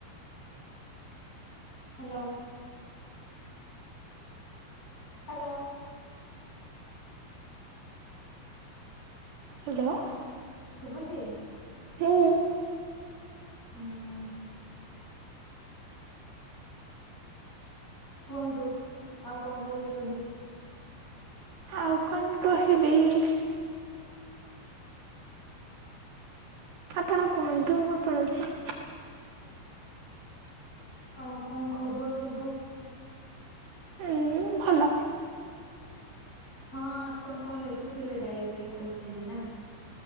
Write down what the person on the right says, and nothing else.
ହାଲୋ।
ହୁଁ।
ଆଉ କଣ କହିବି? ଆପଣ କୁହନ୍ତୁ ମୁଁ ଶୁଣୁଛି।
ହୁଁ ଭଲ।